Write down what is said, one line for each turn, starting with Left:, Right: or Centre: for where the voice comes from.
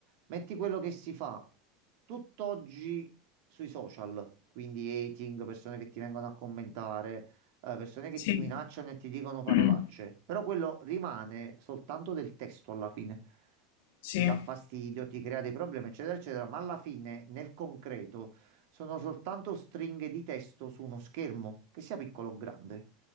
Right: Metti quello che si fa tutt'oggi sui social, quindi hating, persone che ti vengono a commentare, eh, persone che
Left: Sì,
Right: ti minacciano e ti dicono parolacce,
Left: <clears throat>
Right: però quello rimane soltanto del testo alla fine.
Left: sì,
Right: Ti dà fastidio, ti crea dei problemi, eccetera, eccetera, ma alla fine, nel concreto, sono soltanto stringhe di testo su uno schermo, che sia piccolo o grande.